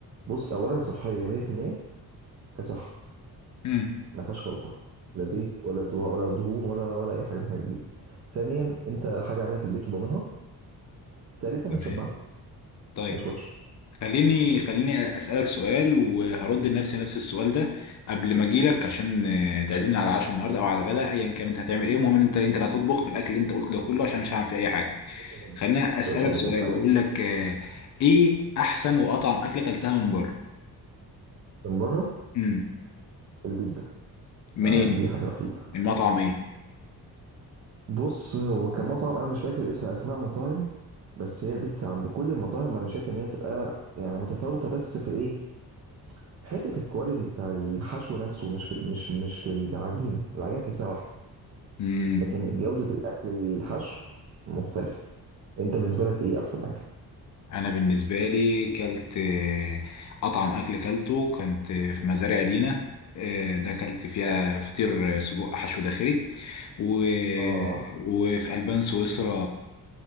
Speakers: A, on the right; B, on the left.
A: بص اولا صحيه 100% كصحه
B: امم
A: ما فيهاش غلطه لا زيت ولا دو- ولا دهون ولا ولا اي حاجه من الحاجات دي ثانيا انت حاجه عاملها في البيت وضامنها ثالثا
B: تمام
A: هتشبعك
B: طيب
A: مش وحشه
B: خليني خليني اسالك سؤال وهرد لنفسي نفس السؤال ده قبل ما اجيلك عشان آه، تعزمني على العشاء النهارده او على الغداء ايا كان انت هتعمل ايه المهم ان انت انت اللي هتطبخ الاكل اللي انت قلته ده كله عشان مش هعمل فيه اي حاجه
A: يا باشا مطبوخ
B: خليني اسالك
A: يا باشا مطبوخ
B: سؤال
A: عادي
B: واقول لك آه، ايه احسن واطعم اكله اكلتها من بره
A: من بره
B: امم
A: البيتزا
B: منين
A: آه، دي حاجه وحيده
B: المطعم ايه
A: بص هو كمطعم انا مش فاكر اسم اسماء مطاعم بس هي البيتزا عند كل المطاعم انا شايف ان هي بتبقى يعني متفاوته بس في الايه في حته الكواليتي بتاع الحشو نفسه مش في مش مش في العجينه العجينه تحسها واحده
B: امم
A: لكن جوده الاكل الحشو مختلفه انت بالنسبه لك ايه احسن اكل
B: انا بالنسبه لي كلت آه، اطعم اكل كلته كنت آه، في مزارع دينا آه، ده كلت فيها فطير آه، سجق حشو داخلي و...
A: اه
B: وفي البان سويسرا